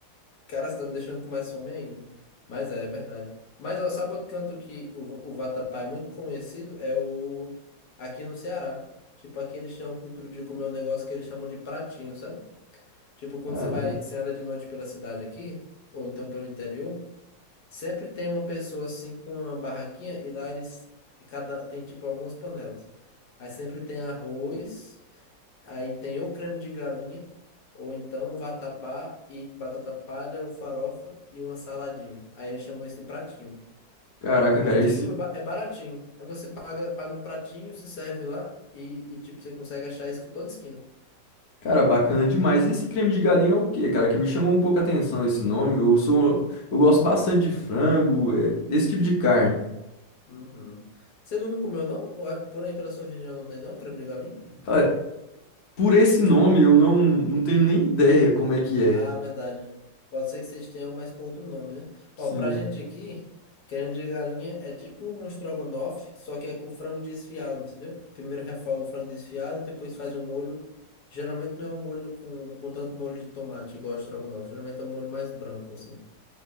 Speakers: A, on the left; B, on the left.
A: Cara, você tá me deixando com mais fome ainda. Mas é, é verdade. Mas, ó, sabe outro canto que o, o vatapá é muito conhecido? É o... Aqui no Ceará. Tipo, aqui eles têm uma cultura de comer um negócio que eles chamam de pratinho, sabe? Tipo, quando
B: Cara,
A: você vai, você anda de noite pela cidade aqui, ou então pelo interior, sempre tem uma pessoa, assim, com uma barraquinha e lá eles... Cada... Tem, tipo, algumas panelas. Aí sempre tem arroz... Aí tem ou creme de galinha, ou então vatapá e batata palha ou farofa e uma saladinha. Aí ele chamou isso de pratinho.
B: caraca,
A: Aí,
B: cara,
A: tipo,
B: esse.
A: é ba- é baratinho. Aí você paga, paga um pratinho, se serve lá e, e, tipo, você consegue achar isso com toda esquina.
B: Cara, bacana demais. Esse creme de galinha é o quê, cara? Que me chamou um pouco a atenção esse nome. Eu sou. Eu gosto bastante de frango, é, esse tipo de carne.
A: Uhum, uhum. Você nunca comeu, não? Ou é- Por aí pela sua região não tem, não? Creme de galinha?
B: Cara, por esse nome eu não, não tenho nem ideia como é que é.
A: Ah, verdade. Pode ser que vocês tenham, mas com outro nome, né?
B: Sim.
A: Ó, pra gente aqui, creme de galinha é tipo um estrogonofe, só que é com frango desfiado, entendeu? Primeiro refoga o frango desfiado e depois faz o molho. Geralmente não é um molho com, com tanto molho de tomate, igual o estrogonofe. Geralmente é um molho mais branco, assim.